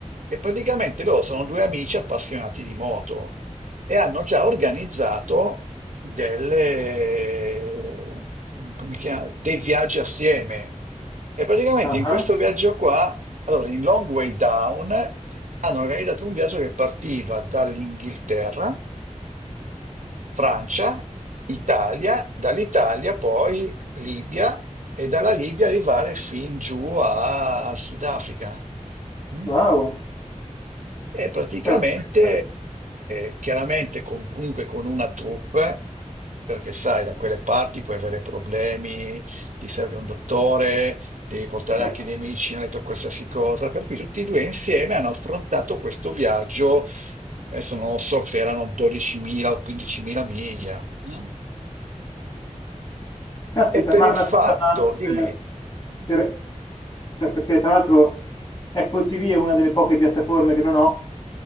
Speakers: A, on the right; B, on the left.
A: E praticamente loro sono due amici appassionati di moto e hanno già organizzato delle, come chiama- dei viaggi assieme. E praticamente
B: Ah,
A: in questo viaggio qua, allora in Long Way Down, hanno organizzato un viaggio che partiva dall'Inghilterra, Francia, Italia, dall'Italia poi Libia e dalla Libia arrivare fin giù a- al Sudafrica. mm?
B: Wow.
A: E praticamente,
B: Cavolo. Ah,
A: eh, chiaramente, con- comunque con una troupe, perché sai, da quelle parti puoi avere problemi, ti serve un dottore, devi portare
B: Certo.
A: anche dei medicinali per qualsiasi cosa. Per cui tutti e due insieme hanno affrontato questo viaggio, adesso non lo so se erano 12.000 o 15.000 miglia. mm?
B: Caspita,
A: E per
B: ma
A: il
B: ma
A: fatto,
B: scusa, ma
A: dimmi.
B: eh, per- beh, perché tra l'altro Apple TV è una delle poche piattaforme che non ho,